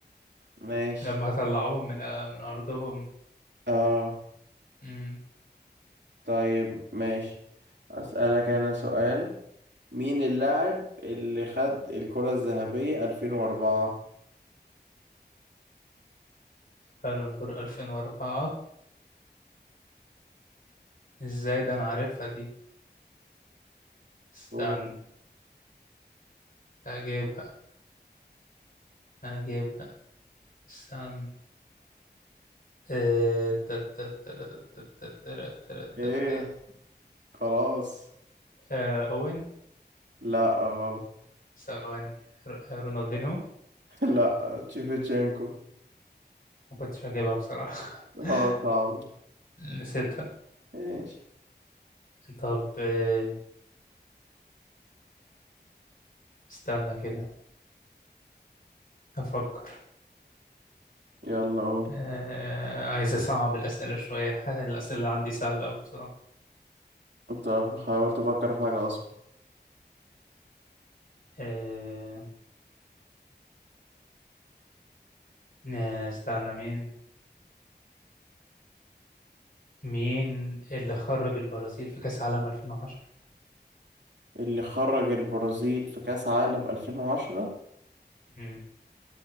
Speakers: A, on the right (about 80°); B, on the left (about 55°).
A: ماشي
B: لما طلعوهم من من أرضهم
A: اه
B: امم
A: طيب ماشي اسألك انا سؤال مين اللاعب اللي خد الكرة الذهبية 2004
B: قالوا دور 2004 إزاي ده أنا عارفها دي استنى
A: قول.
B: هجيبها هجيبها استنى آه، تا- تا- تا- تا- تا- تا- تا- تا-
A: ايه
B: تا.
A: خلاص
B: آه، أوين
A: لا غلط
B: ثواني ر- آه، رونالدينهو
A: <laughs> لا تشيفتشينكو
B: ما كنتش هجيبها بصراحة
A: اه
B: <laughs>
A: صعب
B: نسيتها
A: ايش
B: طب آه، استنى كده أفكر
A: يلا قول
B: آه، عايز أصعب الأسئلة شوية ح- الأسئلة اللي عندي سهلة أوي بصراحة
A: طب حاولت افكر في حاجة اصعب
B: آه، نا- استنى مين مين اللي خرج البرازيل في كأس عالم 2010
A: اللي خرج البرازيل في كأس عالم 2010
B: مم،